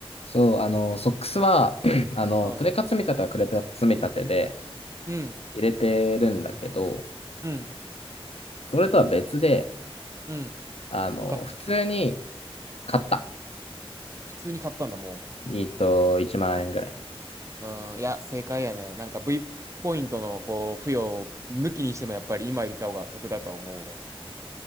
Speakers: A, on the left; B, on the right.
A: そう、あの、ソックスは、<clears throat> あの、
B: はい。
A: クレカ積み立てはクレカ積み立てで
B: うん。
A: 入れてるんだけど、
B: うん。
A: それとは別で、
B: うん。
A: あの、
B: 買った。
A: 普通に買った。
B: 普通に買ったんだ、も
A: えっと、1万円ぐらい。
B: う。うん。いや、正解やね。なんか V ポイントの、こう、付与を抜きにしても、やっぱり今入れた方が得だとは思うわ。